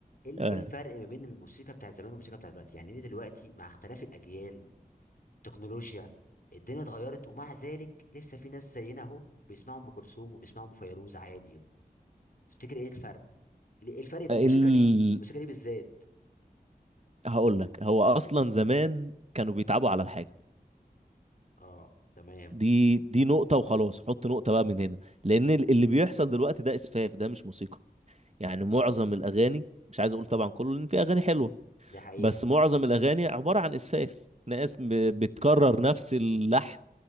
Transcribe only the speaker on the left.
ايه ال-
إيه الفرق ما بين الموسيقى بتاعت زمان والموسيقى بتاعت دلوقتي يعني ليه دلوقتي مع اختلاف الاجيال تكنولوجيا الدنيا اتغيرت ومع ذلك لسه في ناس زينا اهو بيسمعوا ام كلثوم وبيسمعوا ام فيروز عادي تفتكر ايه الفرق ايه الفرق في
الموسيقى دي الموسيقى دي بالذات
اه تمام
امم
دي حقيقة